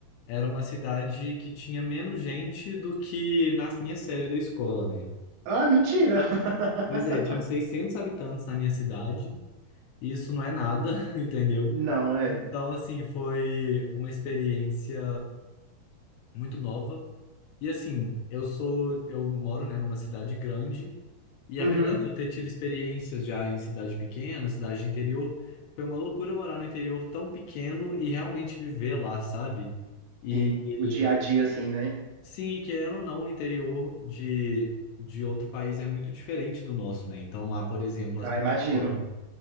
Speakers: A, on the left; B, on the right.
A: era uma cidade que tinha menos gente do que na minha série da escola, né?
B: Ah, mentira! <laughs>
A: Pois é, tinham 600 habitantes na minha cidade, e isso não é nada, <laughs> entendeu?
B: Não, é.
A: Então, assim, foi uma experiência muito nova. E assim, eu sou, eu moro, né, numa cidade grande E
B: Uhum.
A: apesar de eu ter tido experiências já em cidade pequena, cidade de interior, foi uma loucura morar no interior tão pequeno e realmente viver lá, sabe? E
B: Sim,
A: e,
B: o dia a dia, assim, né?
A: sim, e querendo ou não, o interior de, de outro país é muito diferente do nosso, né? Então lá, por exemplo, as
B: Ah,
A: pessoas
B: imagino.